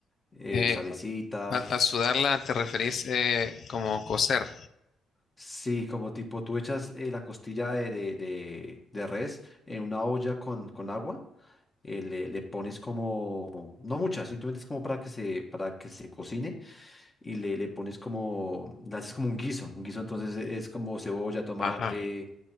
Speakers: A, on the left; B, on the left.
A: eh,
B: Eh,
A: salecita.
B: A, a sudarla te referís eh, como coser.
A: Sí, como tipo tú echas eh, la costilla de, de- de- de res en una olla con, con agua, eh, le, le pones como No muchas, simplemente es como para que se, para que se cocine y le, le pones como, le haces como un guiso. Un guiso entonces es como cebolla, tomate,
B: Ajá.